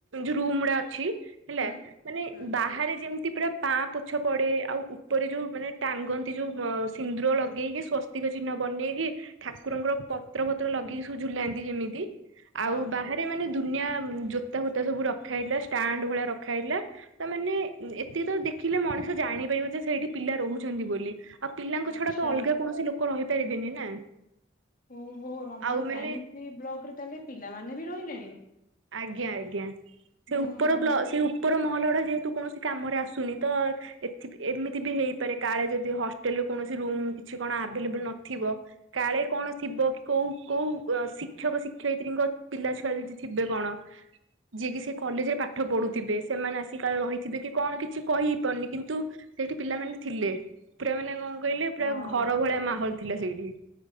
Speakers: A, on the right; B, on the left.
A: ଯୋଉ ରୁମ୍ ଗୁଡା ଅଛି। ହେଲା
B: ହୁଁ
A: ମାନେ
B: ହୁଁ
A: ବାହାରେ ଯେମ ତି ପୁରା ପାଆଁପୋଛ ପଡେ, ଆଉ ଉପରେ ଯୋଉ ମାନେ ଟାଙ୍ଗନ୍ତି ଯୋଉ ଅ, ସିନ୍ଦୁର ଲଗେଇକି ସ୍ବସ୍ ତିକ ଚିହ୍ନ ବନେଇକି ଠାକୁରଙ୍କର ପତ୍ର ଫତ୍ର ଲଗେଇ ସବୁ ଝୁଲାନ୍ତି ଯେମିତି
B: ହଁ।
A: ଆଉ ବାହାରେ ସେ ମାନେ ଦୁନିଆ ଉଁ, ଜୋତା ଫୋତା ସବୁ ରଖା ହେଇଲା ଷ୍ଟାଣ୍ଡ ଭଳିଆ ରଖା ହେଇଲା। ତା ମାନେ ଉଁ, ଏ ତିକି ତ ଦେଖିଲେ ମଣିଷ ଜାଣିପାରିବ ଯେ ସେଇଠି ପିଲା ରହୁଛନ୍ତି ବୋଲି। ଆଉ ପିଲାଙ୍କ
B: ଆଚ୍ଛା
A: ଛଡା ତ ଅଲଗା କୌଣସି ଲୋ କ ରହିପାରିବେନି ନା।
B: ଓ ହୋ ରମଣ
A: ଆଉ ମାନେ
B: ସାଇନ୍ସ ବ୍ଲକ୍ ରେ ତାହେଲେ ପିଲାମାନେ ବି ରହିଲେଣି?
A: ଆଜ୍ଞା ଆଜ୍ଞା ସେ
B: ଓହୋ।
A: ଉପର ବ୍ଲ- ସେ ଉ ପର ମହଲ ଉଡା ଯେହେତୁ କୌଣସି କାମରେ ଆସୁନି ତ ଏଥିବି ଏମିତିବି ହେଇପାରେ କାଳେ ଯଦି ହଷ୍ଟେଲ୍ ରେ କୌଣସି ରୁମ୍ କିଛି କଣ ଆଭେଲେବୁଲ୍ ନଥିବ। କାଳେ କଣ ଥିବ କି କୋଉ କୋଉ ଅ, ଶିକ୍ଷକ ଶିକ୍ଷୟିତ୍ରୀଙ୍କ ପିଲା ଛୁଆ ଯଦି ବେ କଣ? ଯିଏକିି ସେ କଲେଜ୍ ରେ ପାଠ ପଢୁଥିବେ ସେମାନେ ଆସି କାଳଃ ରହିଥିବେକି କଣ କିଛି କହି ହେଇପାରୁନି। କିନ୍ତୁ ସେଇଠି ପିଲାମାନେ ଥିଲେ। ପୁରା ମାନେ କଣ କହିଲେ ପୁରା
B: ହଁ।
A: ଘର ଭଳିଆ ମାହୋଲ ଥିଲା ସେଇଠି।